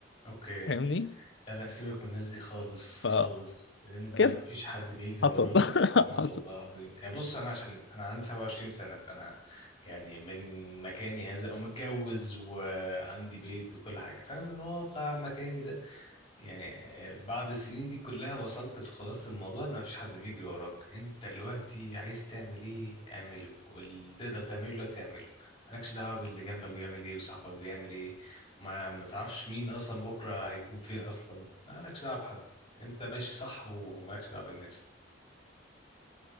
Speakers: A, on the left; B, on the left.
A: اوكي
B: فاهمني
A: لا لا سيبك من الناس دي خالص خالص
B: ف
A: انت
B: كده
A: مفيش حد بيجري
B: حصل
A: وراك
B: <laughs>
A: يا محمد
B: حصل
A: والله العظيم يعني بص انا عشان انا عندي 27 سنة فانا يعني من مكاني هذا ومتجوز وعندي بيت وكل حاجة فانا من واقع مكاني ده يعني بعد السنين دي كلها وصلت لخلاصة الموضوع ان مفيش حد بيجري وراك انت دلوقتي عايز تعمل ايه اعمله واللي تقدر تعمله دلوقتي اعمله مالكش دعوة باللي جنبك بيعمل ايه وصاحبك بيعمل ايه ما ما تعرفش مين اصلا بكرة هيكون فين اصلا مالكش دعوة بحد انت ماشي صح ومالكش دعوة بالناس